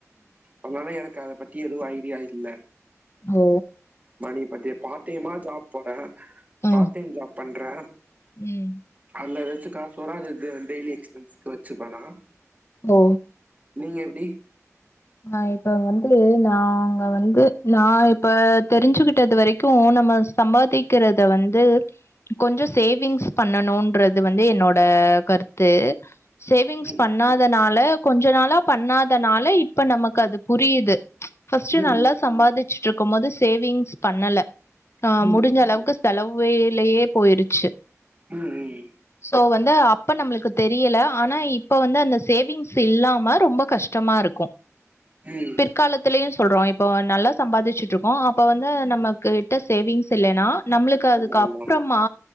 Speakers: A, on the right; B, on the left.
A: அதனால எனக்கு அத பத்தி எதுவு ஐடியா இல்ல
B: ஓ
A: மணி பத்தி பார்ட் டைமா ஜாப் போறே
B: ஆ
A: பார்ட் டைம் ஜாப் பண்றே
B: ம்
A: அதுல்ல எதாச்சு காசு வரு அது டெய்லி எக்ஸ்பென்ஸ்கு வச்சுப்பேனா
B: ஓ
A: நீங்க எப்டி
B: ஆ இப்ப வந்து நாங்க வந்து நான் இப்ப தெரிஞ்சுகிட்டது வரைக் க்கு நம்ம சம்பாதிக்கிறத வந்து கொஞ்ச சேவிங்ஸ் பண்ணனுன்றது வந்து என்னோட கருத்து சேவிங்ஸ்
A: ம்
B: பண்ணாதனால கொஞ்ச நாளா பண்ணாதனால இப்ப நமக்கு அது புரியுது ஃபர்ஸ்ட்டு
A: ம்
B: நல்லா சம்பாதிச்சுட்டு இருக்கும்போது சேவிங்ஸ் பண்ணல அ
A: ம்
B: முடிஞ்ச அளவுக்கு செலவுலயே போய்ருச்சு
A: ம்
B: சோ வந்து அப்ப நம்மளுக்கு தெரியல ஆனா இப்ப வந்து அந்த சேவிங்ஸ் இல்லாம ரொம்ப கஷ் டமா இருக்கு
A: ம்
B: பிற்காலத்துலயு சொல்றோ இப்போ நல்லா சம்பாதிச்சுட்டுருக்கோ அப்ப வந்து நமக்கு கிட்ட சேவிங்ஸ் இல்லன்னா நம்பளுக்கு அதுக்கு
A: ஆமா ஆமா
B: அப்றமா
A: ஆமா.